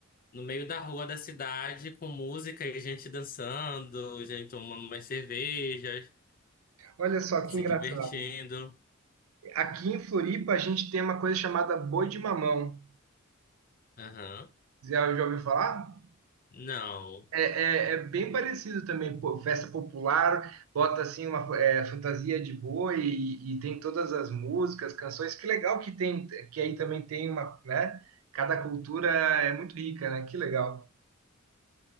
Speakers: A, on the left (about 45°); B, on the right (about 85°).
A: no meio da rua da cidade com música e gente dançando, gente tomando umas cervejas,
B: Olha só
A: se
B: que engraçado.
A: divertindo.
B: Aqui em Floripa a gente tem uma coisa chamada boi de mamão.
A: Aham.
B: Zé, já ouviu falar?
A: Não,
B: É, é- é bem parecido também, pô, festa popular, bota assim uma é, fantasia de boi e, e tem todas as músicas, canções. Que legal que tem, que aí também tem uma, né? Cada cultura é muito rica, né? Que legal.